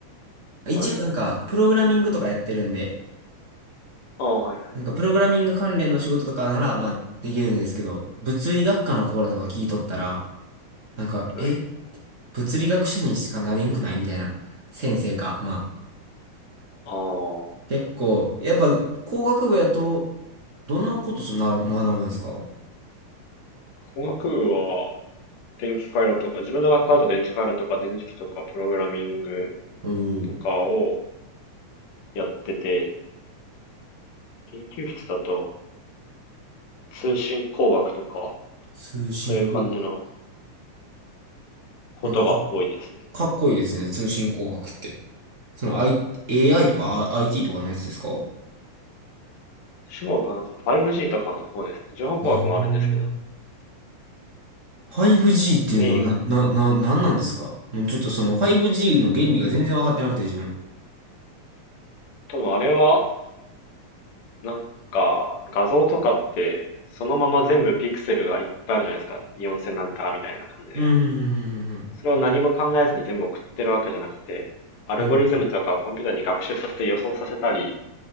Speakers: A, on the right; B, on the left.
A: 一応なんか、
B: はい。
A: プログラミングとかやってるんで、
B: ああ、はい、
A: なんか、プログラミング関連の仕事とかなら、まあ、できるんですけど、物理学科のコーラとか聞いとったら、なんか、
B: はい。
A: え、物理学者にしかなれんくないみたいな先生か。まあ、
B: ああ、
A: 結構、やっぱ工学部やと、どんなことすな、学ぶんですかお
B: 工学部は電気回路とか、自分の学科だと電気回路とか電磁気とかプログラミング
A: おー、
B: とかをやってて、研究室だと通信工学とか、
A: 通信工学。
B: そういう感じのことが多いですね。
A: なんかか、かっこいいですね、通信工学って。その、I、AI とかあ IT とかのやつですか
B: 中国はなんか 5G とかの方ですね。情報工学もあるんですけど、
A: あー 5G っていうのはな、
B: メインは。
A: な、な、なんなんですかもうちょっとその 5G の原理が全然分かってなくて自分。
B: 多分あれは、なんか画像とかって、そのまま全部ピクセルがいっぱいあるじゃないですか。4000なんたらみたいな感じで。
A: うん、うん、
B: それを何も考えずに全部送ってるわけじゃなくて、アルゴリズムとかをコンピューターに学習させて予想させたり、
A: うん、うん、うん。うん。うん